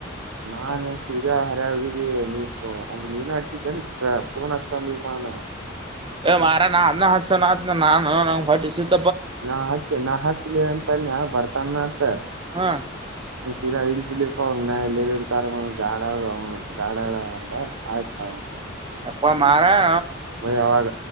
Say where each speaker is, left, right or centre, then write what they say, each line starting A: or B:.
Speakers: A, on the right (about 80°); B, on the right (about 25°).
A: ನಾ ನ ಸೂರ್ಯ ಹಾರ್ಯ ಹೋಗ ನೀ ಇ ಅವ ನೀನು ಅಡಚಿದ್ದೇ ಪಗಾಂದಪಾನ
B: ಮಾಾರ ನಾದ ನ ಹಸ ನ ನಾನ <unintelligible>
A: ನಾ ಹಚ್ಚಿ ನಾ ಹಾಚ್ಲಿ ಅಂತನ್ಯ ಬರ್ತಾನ ಅಂತ
B: ಹಾ
A: ಸೂರ್ಯ ಇಲ್ ಬಿಳಿಯಪ್ಪ ಅವನ ಎಲ್ಲೆಲ್ಲಿ ತಾರ ದ್ಯಾಡಾಳ ಅವ ದ್ಯಾಡಾಳ ಅಂದ ಆಯ್ತ
B: ಅಾ ಮಾರಯ
A: ಒಯ್ ಅವಾಗ